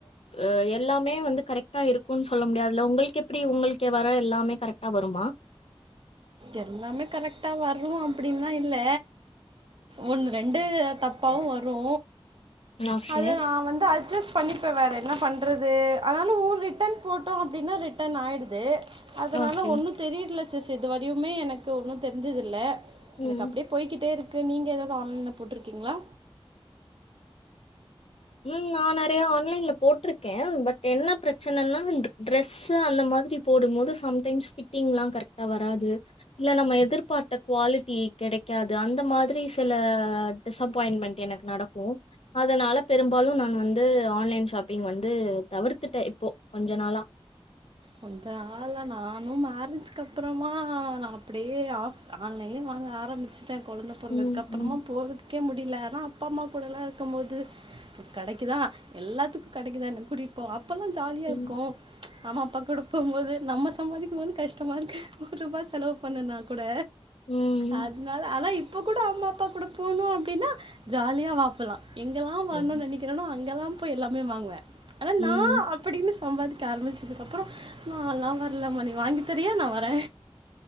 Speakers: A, on the left; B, on the right.
A: ஆ எல்லாமே வந்து கரெக்டா இருக்குன்னு சொல்ல முடியாதுல்ல உங்களுக்கு எப்பிடி உங்களுக்கு வர எல்லாமே கரெக்டா வருமா
B: எல்லாமே கரெக்டா வரும் அப்பிடின்லா இல்ல ஒன்னு ரெண்டு தப்பாவு வரு
A: ஓகே
B: அத நா வந்து அட்ஜஸ் பண்ணிப்ப வேற என்ன பண்றது அதனால ஊ ரிட்டன் போட்டோ அப்டின்னா ரிட்டன் ஆயிடுது அதனால
A: ஓகே
B: ஒன்னு தெரியல சிஸ் இது வரியுமே எனக்கு ஒன்னு தெரிஞ்சது இல்ல எனக்கு
A: ம்
B: அப்டியே போயிக்கிட்டே இருக்கு நீங்க எதாவது ஆன்லைன்ல போட்ருக்கீங்களா
A: ம் நா நெறைய ஆன்லைன்ல போட்ருக்கேன் பட் என்ன பிரச்சனன்னா இந்த டிரெஸ்ஸு அந்த மாரி போடும் போது சம்டைம்ஸ் ஃபிட்டிங்லாம் கரக்டா வராது இல்ல நம்ம எதிர்பார்த்த குவாலிட்டி கெடைக்காது அந்த மாதிரி சில டிசப்பாயிண்மென்ட் எனக்கு நடக்கும் அதனால பெரும்பாலு நான் வந்து ஆன்லைன் ஷாப்பிங் வந்து தவிர்த்துட்டேன் இப்போ கொஞ்ச நாளா
B: கொஞ்ச நாளா நானு மேரேஜ்கப்புறமா நா அப்டியே ஆஃப் ஆன்லைன்லயே வாங்க ஆரம்பிச்சுட்ட கொழந்த பொறந்ததுக்கு
A: ம்
B: அப்புறமா
A: ம்
B: போகுது ருக்கே முடியல ஆனா அப்பா அம்மா கூட எல்லா இருக்கம் போது கடைக்குதா எல்லாத்துக்கு கடைக்குதா என்ன கூட்டிட் போவா அப்போல்லா ஜாலியா
A: ம்
B: இருக்கும் அம்மா அப்பா கூட போம்போது நம்ம சம்பாதிக்கும்போது கஷ்டமாக இருக்கு ஒர் ரூபா செலவு பண்ணுனா கூட
A: ம்
B: அதனால ஆனா இப் போ கூட அம்மா அப்பா கூட போணு அப்டின்னா ஜாலியா வா போலா எங்கெல்லா வர்ணுன்னு
A: ம்
B: நெனைக்கிறேனோ இங்கலாம் போய் எல்லாமே வாங்வே ஆனா நான்
A: ம்
B: அப்படின்னு சம்பாதிக்க ஆரம்பிச்சதுக்கப்புறோ நாலா வர்ல மா நீ வாங்கி தரியா நா வரே